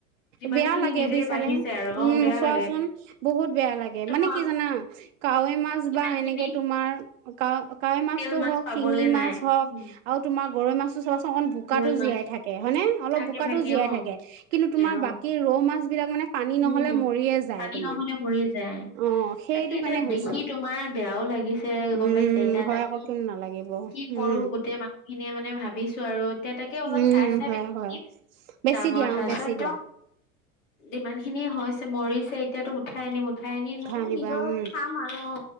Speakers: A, on the left; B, on the right.
A: যিমান
B: বেয়া
A: খিনি
B: লাগে।
A: নিজে
B: বুইছানে
A: বাঢ়িছে আৰু অ
B: উম
A: বেয়া
B: চোৱাচোন
A: লাগে
B: বহুত বেয়া লাগে।
A: তোমাৰ
B: মানে কি জানা কাৱৈ মাছ
A: ইমান
B: বা এনেকে
A: খিনি
B: তোমাৰ কাৱৈ কাৱৈ মাছটো
A: লোকেল মাছ
B: হওক
A: পাবলে
B: শিঙি
A: নাই
B: মাছ হওক
A: উম
B: আৰু তোমাৰ গৰৈ মাছটো চোৱাচোন অকন বোকাতো
A: গৰৈ মাছ
B: জীয়াই থাকে। হয়নে? অলপ
A: থাকে
B: বোকাতো জীয়াই
A: অ
B: থাকে কিন্তু
A: থাকে
B: তোমাৰ
A: অ
B: বাকী ৰৌ মাছ। বিলাক মানে পানী নহলে
A: উম
B: মৰিয়ে যায়
A: পানী
B: তোমাৰ
A: নহলে মৰি যায়।
B: অ সেইটো
A: তাকে এতিয়া
B: কাৰণে হৈছে
A: দেখি তোমাৰ বেয়াও লাগিছে গম
B: উম
A: পাইছে, এতিয়া
B: হয়
A: তাকে
B: আকৌ কিয় নালাগিব
A: কি কৰো
B: উম
A: গোটেই মানুহখিনিয়ে মানে ভাবিছো আৰু এতিয়া তাকে অলপ
B: উম
A: চাই চাই।
B: হয়
A: বেছি
B: হয় বেছি
A: ডাঙৰ
B: দিয়া
A: চাইছ
B: অ বেছি
A: একদম
B: দিয়া।
A: ইমান খিনি হৈছে মোৰ। ছে এতিয়াতো উঠাই আনিম উ উঠাই আনি লাগিলে
B: আনিবা
A: নিজৰ
B: উম
A: খাম আৰু অ